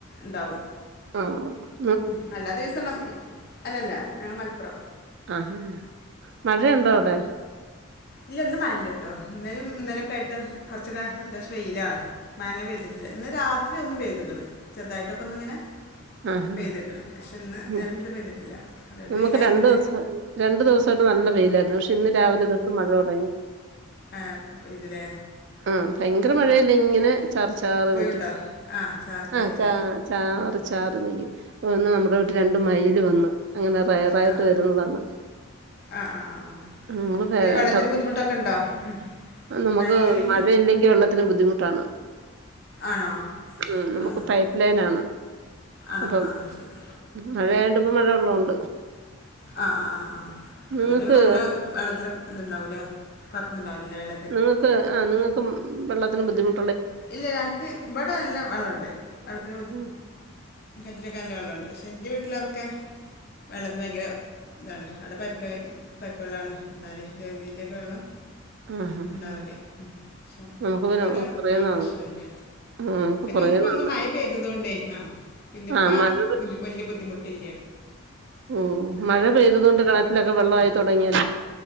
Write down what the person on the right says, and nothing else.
ആഹ്
ആഹ് മഴ ണ്ടോ അവിടെ
ആ
ആ
ഉം
നമുക്ക്
രണ്ടു ദിവസം രണ്ടു ദിവസമായിട്ട് നല്ല വെയ്യിലായിരുന്നു പക്ഷെ ഇന്ന് രാവിലെ മഴ തുടങ്ങി
ആഹ് ഭയങ്കര
മഴയല്ല ഇങ്ങനെ ചാറി ചാറി
നിൽക്കും
ആഹ ചാ ചാറി ചാറി നിൽക്കും ഒന്ന് നമ്മുടെട്ട രണ്ടു മൈൽ വന്ന്ു അങ്ങനെ റയർായിട്ട്
വരുന്നതാണ്
നിങ്ങ
ഡ
നമുക്ക്
മഴയില്ലെങ്കി വെള്ളത്തിന് ബുദ്ധിമുട്ട് താണ്
ഉ നമുക്ക്
പൈപ്പ് ലൈൻ ആണ്.
അപ്പം
മഴയണ്ട് ോണ്ട് <unintelligible>
നിങ്ങക്ക്
നിങ്ങൾക്ക് ആ നിങ്ങൾക്കും വെള്ളത്തിന് ബുദ്ധിമു
ഉം
ആഹ് ആഹ്
നമുക്ക് പിന്നെ
കൊറേ
നാളുണ്ട്.
ഉം നമുക്ക്
കൊറേ
നാളായി
ആഹ്
മഴ
ആഹ മഴ പെയ്തതൊണ്ട് കണറ്റിലൊക്കെ വെള്ള ആയി തുടങ്ങിയല്ല.